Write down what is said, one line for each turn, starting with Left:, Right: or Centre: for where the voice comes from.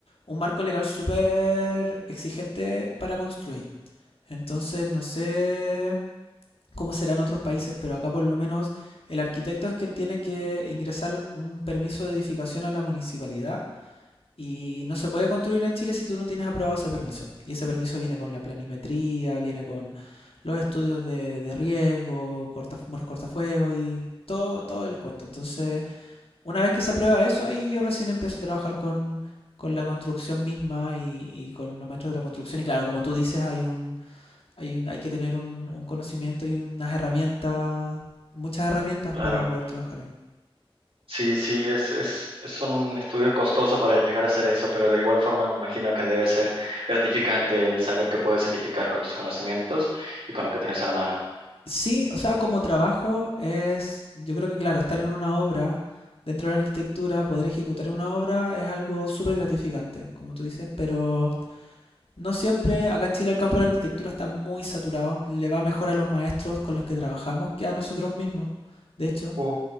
Left: un marco legal súper exigente para construir. Entonces, no sé cómo será en otros países, pero acá por lo menos el arquitecto es quien tiene que ingresar un permiso de edificación a la municipalidad y no se puede construir en Chile si tú no tienes aprobado ese permiso. Y ese permiso viene con la planimetría, viene con los estudios de, de riesgo, corta, muros cortafuegos y todo, todo el cuento. Entonces, una vez que se aprueba eso, ahí yo recién empiezo a trabajar con, con la construcción misma y, y, con los maestros de la construcción. Y claro, como tú dices, hay un, hay, un, hay que tener un, un conocimiento y unas herramientas, muchas herramientas
Right: Claro.
Left: para poder trabajar ahí.
Right: Sí, sí, es, es, es un estudio costoso para llegar a hacer eso, pero de igual forma me imagino que debe ser gratificante el saber que puedes edificar con tus conocimientos y con lo que tienes a la mano.
Left: Sí, o sea, como trabajo es, yo creo que claro, estar en una obra, dentro de la arquitectura, poder ejecutar una obra es algo súper gratificante, como tú dices, pero no siempre, acá en Chile el campo de la arquitectura está muy saturado, le va mejor a los maestros con los que trabajamos que a nosotros mismos, de hecho,
Right: Uh,